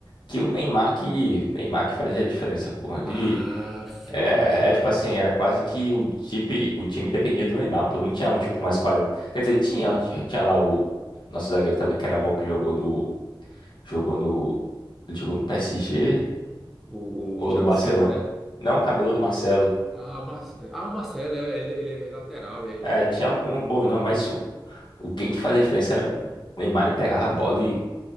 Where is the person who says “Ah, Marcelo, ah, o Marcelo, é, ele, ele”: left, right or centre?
Centre